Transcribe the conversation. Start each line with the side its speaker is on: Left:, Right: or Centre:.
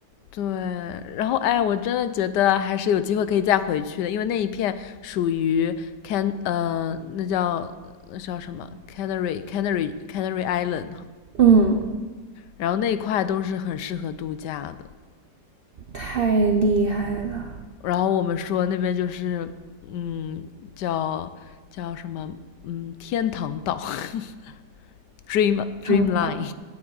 Left: 对，然后哎，我真的觉得还是有机会可以再回去的，因为那一片属于 Can 呃，那叫那叫什么 Canary Canary Canary Island，
Right: 嗯，
Left: 然后那一块都是很适合度假的。
Right: 太厉害了，
Left: 然后我们说那边就是，嗯，叫叫什么，嗯，天堂岛 <laughs>，Dream Dreamline，
Right: 好的，